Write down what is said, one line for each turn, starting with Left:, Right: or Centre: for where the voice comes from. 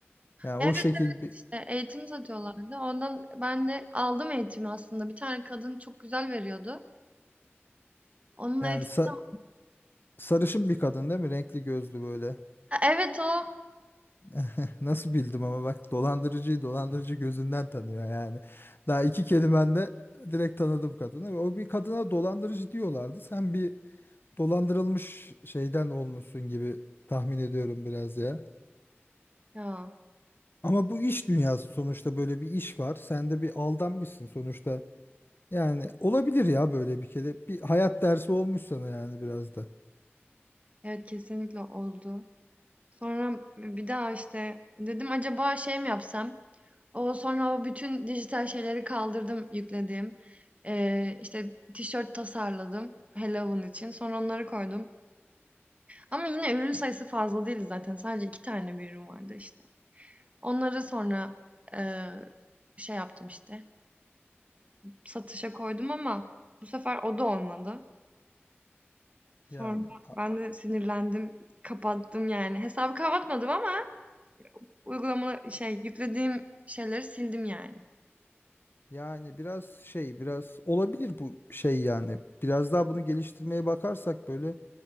Left: Yani
Right: Evet
Left: o şekil
Right: evet
Left: bir
Right: işte eğitim satıyorlardı. Ondan ben de aldım eğitimi aslında. Bir tane kadın çok güzel veriyordu. Onun
Left: yani
Right: eğitimini
Left: sa- sarışın bir kadın değil mi? Renkli gözlü böyle.
Right: Ha, evet o.
Left: <laughs> Nasıl bildim ama bak dolandırıcıyı dolandırıcı gözünden tanıyor yani. Daha iki kelimende direkt tanıdım kadını. O bir kadına dolandırıcı diyorlardı. Sen bir dolandırılmış şeyden olmuşsun gibi tahmin ediyorum biraz ya.
Right: Ya
Left: Ama bu iş dünyası sonuçta böyle bir iş var. Sen de bir aldanmışsın sonuçta. Yani olabilir ya böyle bir kere. Bir hayat dersi olmuş sana yani biraz da.
Right: evet kesinlikle oldu. Sonra bir daha işte dedim acaba şey mi yapsam? O sonra o bütün dijital şeyleri kaldırdım yüklediğim. Ee, işte tişört tasarladım Halloween için. Sonra onları koydum. Ama yine ürün sayısı fazla değildi zaten. Sadece iki tane bir ürün vardı işte. Onları sonra eee, şey yaptım işte. Satışa koydum ama bu sefer o da olmadı. Sonra
Left: Yani a-
Right: ben de sinirlendim. Kapattım yani. Hesabı kapatmadım ama Uygulama şey yüklediğim şeyleri sildim yani.
Left: yani biraz şey biraz olabilir bu şey yani. Biraz daha bunu geliştirmeye bakarsak böyle